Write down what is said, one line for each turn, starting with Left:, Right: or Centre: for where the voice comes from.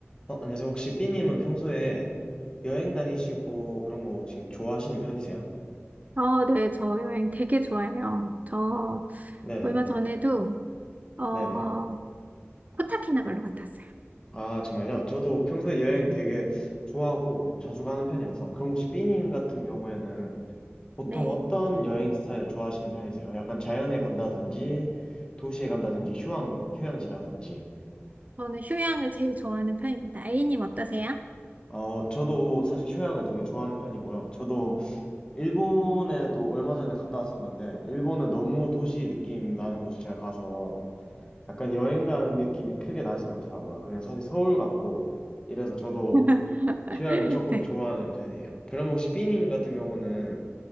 Left: 어, 안녕하세요. 혹시 삐님은 평소에 여행 다니시고 그런 거 혹시 좋아하시는 편이세요?
Right: 어, 네, 저 여행 되게 좋아해요. 저
Left: 네네.
Right: 얼마 전에도, 어,
Left: 네네.
Right: 코타키나발루 갔다 왔어요.
Left: 아, 정말요? 저도 평소에 여행 되게 좋아하고 좀 자주 가는 편이라서. 그럼 혹시 삐님 같은 경우에는 보통
Right: 네.
Left: 어떤 여행 스타일 좋아하시는 편이세요? 약간 자연에 간다든지, 도시에 간다든지, 휴양, 휴양지라든지.
Right: 저는 휴양을 제일 좋아하는 편입니다. A님 어떠세요?
Left: 어, 저도 사실 휴양을 되게 좋아하는 편이고요. 저도 일본에도 얼마 전에 갔다 왔었는데, 일본은 너무 도시 느낌 나는 곳을 제가 가서 약간 여행 간 느낌이 크게 나진 않더라고요. 그냥 사실 서울 같고 이래서 저도
Right: <laughs>
Left: 휴양을 조금
Right: 네.
Left: 좋아하는 편이에요. 그럼 혹시 삐님 같은 경우는